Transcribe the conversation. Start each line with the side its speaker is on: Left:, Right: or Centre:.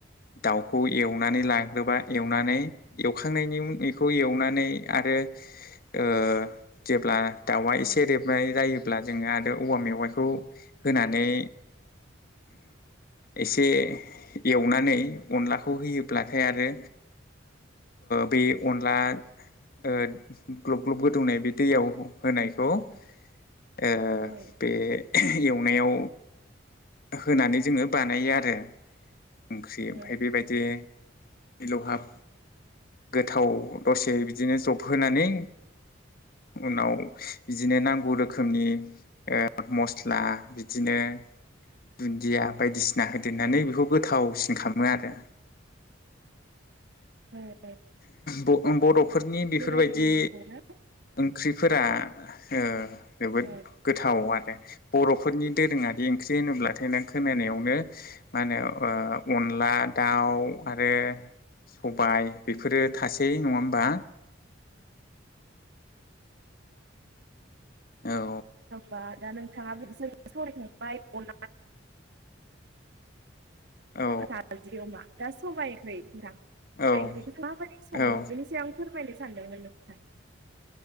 Left: दाउखौ एवनानै लाग्रोबा एवनानै एवखांनायनि बेखौ एवनानै आरो ओ जेब्ला दाउआ एसे रेबनाय जायोब्ला जोङो आरो औवा मेवाइखौ होनानै एसे एवनानै अनलाखौ खौ होयोब्लाथाय आरो बे अनला ओ ग्लब ग्लब गोदौनाय बे दैयाव होनायखौ ओ
Right: औ
Left: बे एवनायाव होनानै जोङो <unintelligible> आरो ओंख्रि ओमफाय
Right: औ
Left: बेबायदि मिलौहाब गोथाव दसे बिदिनो जब होनानै उनाव बिदिनो नांगौ रोखोमनि ओ मस्ला बिदिनो दुन्दिया बायदिसि ना होदेरनानै
Right: औ
Left: बेखौ गोथाव खामो आरो
Right: ओम
Left: ब' बड'फ फोरनि बेफोरबायदि
Right: बेबायदिनो नोंथांना
Left: ओंख्रिफोरा ओ जोबोद
Right: औ
Left: गोथाव आरो बर'फोरनि दोरोङारि ओंख्रि होनोब्लाथाय नों खोनानायावनो मा होनो ओ अनला दाउ आरो सबाय बेफोरो थासै नङा होमबा औ
Right: बा दा नोंथाङा बिसोर साव <unintelligible> ओमफाय <unintelligible> <unintelligible>
Left: औ
Right: नारजि अमा दा सबायखै <unintelligible>
Left: औ
Right: ओंख्रिखौ माबायदि सङो
Left: औ
Right: बेनि सायाव आं फोरमायनोसै सानदोंमोन नोंथां